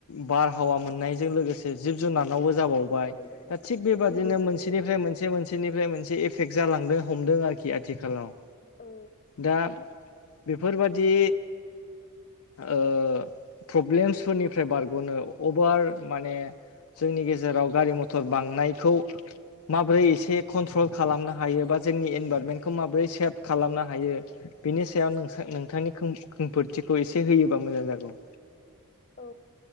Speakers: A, on the left; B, on the left.
A: बारहावा मोननायजों लोगोसे जिब जुनारावबो जाबावबाय।
B: थिग
A: दा थिग बेबादिनो
B: बेबायदिनो
A: मोनसेनिफ्राय मोनसे-मोनसे बेनिफ्राय मोनसे एफेक्ट जालांदों हमदों आरोखि आथिखालाव।
B: औ।
A: दा बेफोरबादि। ओ प्रब्लेमसफोरनिफ्राय बारग'नो अभार माने जोंनि गेजेराव गारि मथर बांनायखौ माबोरै एसे कन्ट्रल खालामनो हायो बा जोंनि इनभारमेन्ट खौ माबोरै सेभ खालामनो हायो। बेनि सायाव नोंसा नोंथांनि खोमफोथिखौ एसे होयोबा मोजां जागौ।
B: औ।